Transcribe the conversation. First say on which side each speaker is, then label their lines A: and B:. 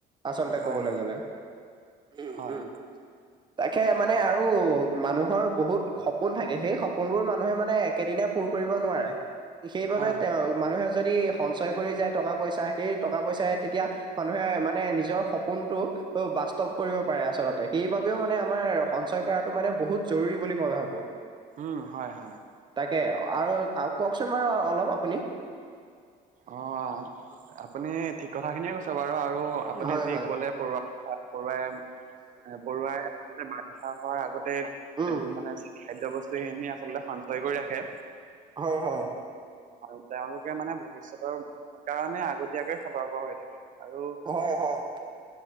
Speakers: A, on the right; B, on the right.
A: আচলতে
B: হয়
A: ক'বলৈ গ'লে। উ,
B: হয়
A: উ। <inaudible> তাকে মানে আৰু মানুহৰ বহুত সপোন থাকে, হেই সপোনবোৰ মানুহে মানে একেদিনা পূৰ কৰিব নোৱাৰে। সেইবাবে
B: হয়
A: তেওঁ,
B: হয়
A: মানুহে যদি সঞ্চয় কৰি যায় টকা পইচা, সেই টকা পইচাই তেতিয়া মানুহে মানে নিজৰ সপোনটো অ' বাস্তৱ কৰিব পাৰে আচলতে। সেইবাবেও মানে আমাৰ সঞ্চয় কৰাটো মানে বহুত জৰুৰী বুলি মই ভাবোঁ।
B: উ হয়, হয়।
A: তে আৰু, আও কওঁকচোন বাৰু অলপ আপুনি।
B: অ' আপুনি ঠিক কথাখিনিয়ে কৈছে। বাৰু আৰু আপুনি
A: হয়,
B: যি
A: হয়,
B: ক'লে পৰুৱা কথা পৰুৱাই, আ পৰুৱাই আচলতে বা ৰিষা হোৱাৰ আগতে
A: উম,
B: উ মানে খাদ্য বস্তুখিনি আচলতে সঞ্চয় কৰি ৰাখে।
A: হয়, হয়।
B: আৰু তেওঁলোকে মানে ভৱিষ্যতৰ কাৰণে আগতিয়াকে সতৰ্ক হৈ থাকে। আৰু
A: হয়, হয়।